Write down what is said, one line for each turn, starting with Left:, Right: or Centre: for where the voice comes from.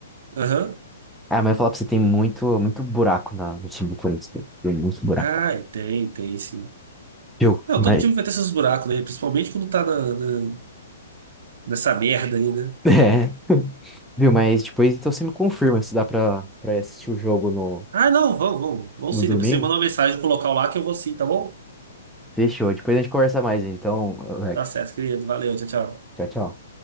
Right: Aham.
Centre: Ah, mas eu ia falar pra você, tem muito, muito buraco na, no time do Corinthians. viu? Tem muito buraco.
Right: ah tem, tem sim.
Centre: Viu?
Right: Não,
Centre: Mas.
Right: todo time
Centre: <laughs>
Right: vai ter seus buracos, né? Principalmente quando tá na, na- nessa merda aí, né?
Centre: É, viu? Mas depois então você me confirma se dá pra, pra assistir o jogo no,
Right: Ah, não, vamos, vamos. Vamos
Centre: no
Right: sim.
Centre: domingo.
Right: Depois você manda uma mensagem pro local lá que eu vou sim, tá bom?
Centre: Fechou. Depois a gente conversa mais, então, Alex.
Right: Tá certo, querido. Valeu, tchau, tchau.
Centre: Tchau, tchau.